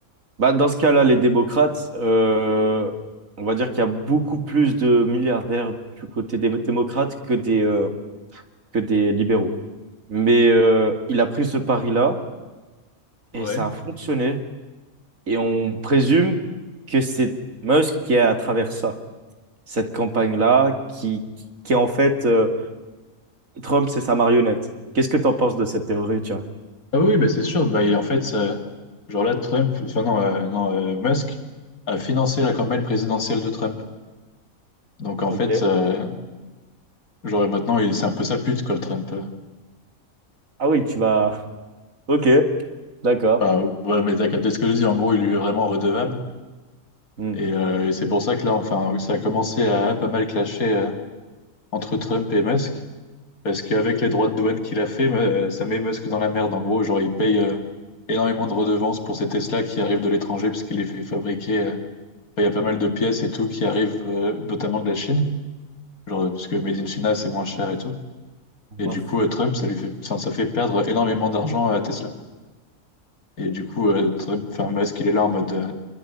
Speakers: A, on the right; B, on the left.
A: Bah, dans ce cas-là, les démocrates, euh, on va dire qu'il y a beaucoup plus de milliardaires du côté des démocrates que des, euh, que des libéraux. Mais euh, il a pris ce pari-là et
B: Ouais.
A: ça a fonctionné. Et on présume que c'est Musk qui est à travers ça, cette campagne-là, qui, qui est en fait euh, Trump, c'est sa marionnette. Qu'est-ce que tu en penses de cette théorie, tiens?
B: Ah oui, bah c'est sûr. Bah, et en fait, ça- genre là, Trump, enfin non, euh, non, euh, Musk a financé la campagne présidentielle de Trump. Donc en
A: Ok.
B: fait, euh, genre maintenant, il- c'est un peu sa pute, quoi, Trump.
A: Ah oui, tu vas. <laughs> Ok, d'accord.
B: Enfin, ouais, mais t'as capté ce que je dis, en gros, il lui est vraiment redevable.
A: Hmm.
B: Et, euh, et c'est pour ça que là, enfin, ça a commencé à pas mal clasher euh, entre Trump et Musk. Parce qu'avec les droits de douane qu'il a fait, euh, ça met Musk dans la merde. En gros, genre, il paye euh, énormément de redevances pour ces Tesla qui arrivent de l'étranger, parce qu'il les fait fabriquer. euh, enfin, il y a pas mal de pièces et tout qui arrivent euh, notamment de la Chine. Genre, parce que Made in China, c'est moins cher et tout.
A: Normal.
B: Et du coup, euh, Trump, ça lui fait, enfin, ça fait perdre énormément d'argent à Tesla. Et du coup, euh, Trump, enfin, Musk, il est là en mode, euh,